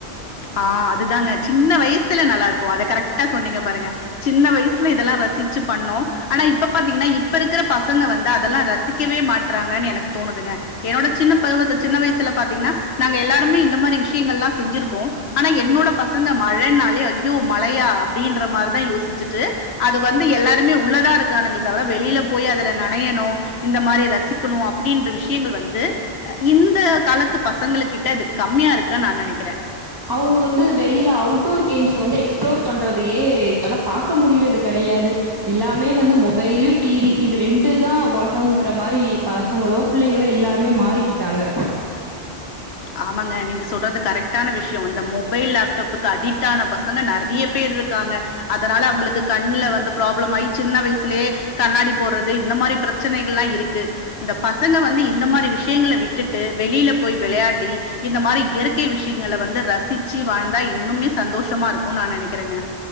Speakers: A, on the left; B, on the right.
A: ஆ அதுதாங்க சின்ன வயசுல நல்லாருக் கு அத கரெக்ட்டா சொன்னீங்க பாருங்க சின்ன வயசுல இதெல்லா ரசிச்சு பண்ணோ ஆனா இப்ப பாத்தீங்கனா இப்ப இருக்குற பசங்க வந்து அதெல்லா ரசிக்கவே மாட்றாங்கன்னு எனக்கு தோணுதுங்க என்னோட சின்ன பருவத்துல சின்ன வயசுல பாத்தீங்கனா நாங்க எல்லாருமே இந்த மாரி விஷயங்கல்லா செஞ்சிருக் கோ ஆனா என்னோட பசங்க மழனாலே ஐயோ மழயா அப்டின்ற மாரிதா யோசிச்சுட்டு அது வந்து எல்லாருமே உள்ளதா இருக்கானுங்களே தவிர வெளில போய் அதுல நனையணு இந்த மாரி ர சிக்கனு அப்டின்ற விஷயங்கள் வந்து அ இந்த காலத்து பசங்களுகிட்ட அது கம்மியா இருக்குன்னு நா நெனைக்கிறே.
B: அவங்க வந்து வெளில அவுட்டோர் கேம்ஸ் வந்து எக்ஸ்ப்ளோர் பண்றதையே இப்பெல்லா பாக்க முடியறது கெடையாது. எல்லாமே வந்து மொபைலு டிவி இது ரெண்டுதா ஒலகங்கிற மாரி பசங்களோ பிள்ளைகளோ எல்லாருமே மாறிக்கிட்டாங்க.
A: ஆமாங்க நீங்க சொல்றது கரெக்டான விஷியோ அந்த மொபைல் லாப்டாப்புக்கு அடிக்ட் ஆன பசங்க நெறைய பேர் இருக்காங்க அதனால அவுங்களுக்கு கண்ணுல வந்து பிராப்ளம் ஆயி சின்ன வயசுலயே கண்ணாடி போடுறது இந்த மாரி பிரச்சனைகள்லா இருக்கு இந்த பசங்க வந்து இந்த மாரி விஷயங்கள விட்டுட்டு வெளில போய் விளையா டி இந்த மாரி இயற்கை விஷயங்கள வந்து ரசிச்சு வாழ்ந்தா இன்னுமே சந்தோஷமா இருக்குன்னு நா நெனைக்கிறேங்க.